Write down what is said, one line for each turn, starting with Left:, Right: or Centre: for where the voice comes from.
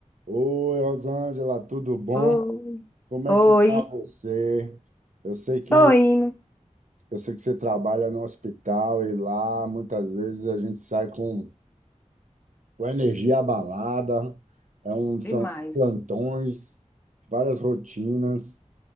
Right: Oi, Rosângela, tudo bom?
Left: Oi,
Right: Como é
Left: Oi.
Right: que tá você? Eu sei que
Left: tô indo.
Right: eu sei que você trabalha no hospital e lá muitas vezes a gente sai com, com a energia abalada, é um, são
Left: Demais,
Right: plantões, várias rotinas.